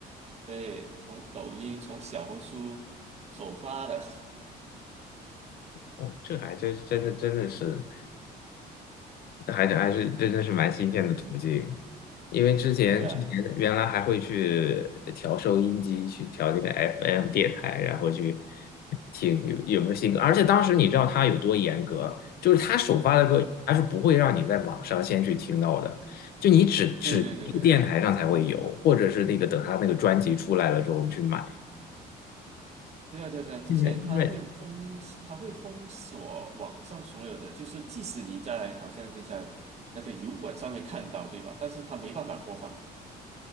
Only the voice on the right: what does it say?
对，从抖音从小红书首发的，
<laughs> 对啊，
嗯，
对对对对。
对啊，对啊，对啊，之前他会封，
他会封锁网上所有的，就是即使你在好像是在那个油管上面看到，对吧？但是他没办法播放，